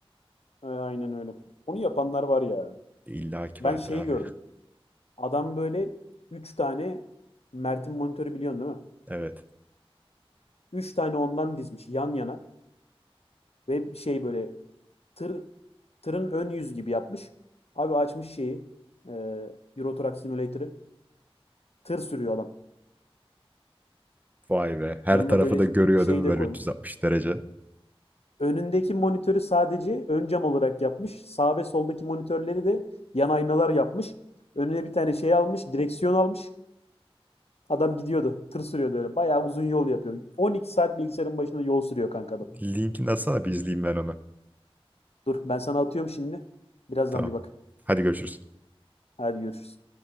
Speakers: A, on the left; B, on the right.
A: Aynen öyle. Onu yapanlar var ya.
B: İlla ki
A: Ben
B: vardır
A: şeyi
B: abi.
A: gördüm. Adam böyle 3 tane Mert'in monitörü biliyorsun değil mi?
B: Evet.
A: 3 tane ondan dizmiş yan yana ve bir şey böyle tır tırın ön yüz gibi yapmış. Abi açmış şeyi e, Euro Truck Simulator'ı tır sürüyor adam.
B: Vay be. Her
A: Yanına
B: tarafı
A: böyle
B: da görüyor
A: şey
B: değil mi
A: de
B: böyle
A: koymuş.
B: 360 derece?
A: Önündeki monitörü sadece ön cam olarak yapmış. Sağ ve soldaki monitörleri de yan aynalar yapmış. Önüne bir tane şey almış, direksiyon almış. Adam gidiyordu. Tır sürüyordu öyle. Bayağı uzun yol yapıyor. 12 saat bilgisayarın başında yol sürüyor kanka adam.
B: Linkini atsana bir izleyeyim ben onu.
A: Dur ben sana atıyorum şimdi. Birazdan
B: Tamam.
A: bir bak.
B: Hadi görüşürüz.
A: Hadi görüşürüz.